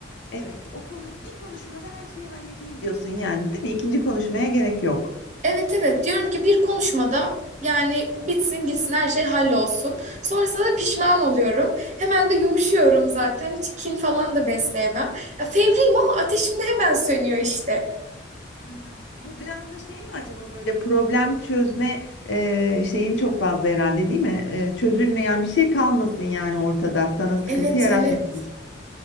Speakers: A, on the left (about 70°); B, on the right (about 40°).
A: Evet, o konuş bir konuşmada her şeyi halledeyim diyorsun yani değil mi? İkinci konuşmaya gerek yok.
B: Evet evet diyorum ki bir konuşmada yani bitsin gitsin her şey hallolsun. Sonrasında da pişman oluyorum. Hemen de yumuşuyorum zaten. Hiç kin falan da besleyemem. Ya, fevriyim ama ateşim de hemen sönüyor işte.
A: Hı hı. Bu biraz da şey mi acaba böyle problem çözme e, şeyin çok fazla herhalde değil mi? E, çözülmeyen bir şey kalmasın yani ortada sana sıkıntı
B: Evet
A: yaratmasın.
B: evet.